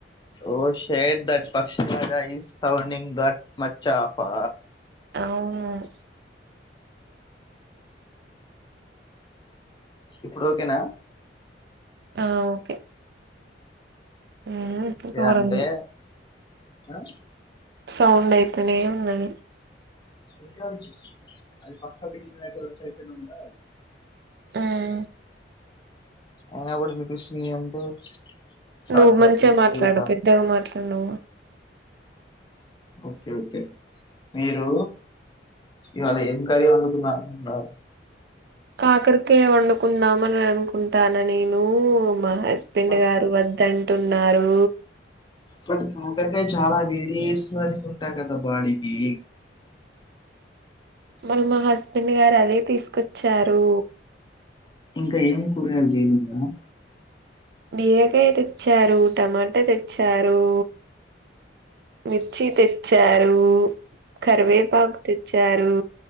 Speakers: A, on the left; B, on the right.
A: ఓ షట్ దట్ పక్షి రాగ ఈస్ సౌడింగ్ దట్ మచ్చా ఫా
B: అవును
A: ఇప్పుడు ఓకేనా
B: ఆ ఓకే ఊ
A: ఓకే
B: దూరంగే
A: అంటే ఆ
B: సౌండ్ అయితనే ఉన్నది
A: ఉండ దది అది పక్క బిల్డింగ్ దగ్గర ఉంటది ఇక్కడ ఉండదు అది
B: ఉమ్,
A: అయినా గూడ వినిపిస్తున్నాయి అంటే సార్
B: నువ్వు
A: సార్లే
B: మంచిగా మాట్లాడు
A: దిగుతా
B: పెద్దగా మాట్లాడు నువ్వు
A: ఓకే ఓకే మీరు ఇవాళ ఏం కర్రీ వండుకున్నారు అంటున్నా
B: కాకరకాయ వండుకుందామని అనుకుంటాన్న నేను మా హస్బెండ్
A: బట్
B: గారు వద్దంటు అన్నారు
A: బట్ కాకరకాయ చాలా వేడి చేస్తుంది అనుకుంటా కదా బాడీకి
B: మళ్లి మా హస్బెండ్ గారు అదే తీసుకొచ్చారు
A: ఇంకా ఏం కురగాయలు తేలెద
B: బీరకాయ తెచ్చారు టమాటా తెచ్చారు మిర్చ్చి తెచ్చ రూ కరివేపాకు తెచ్చారు